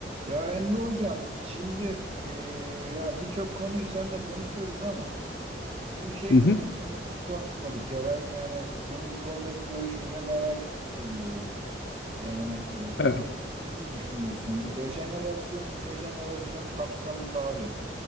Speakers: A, on the right; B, on the left.
A: Ya Emre Hocam, şimdi e, ya birçok konuyu seninle konuşuyoruz ama şu şey
B: Hı
A: konusunu
B: hı.
A: hiç konuşmadık ya ben yani senin bu konudaki görüşünü de merak ediyorum. Yani e, sen
B: Evet.
A: de benim gibi mi düşünüyorsun? Bu dejenerasyon, mejenerasyon kapsamında abi.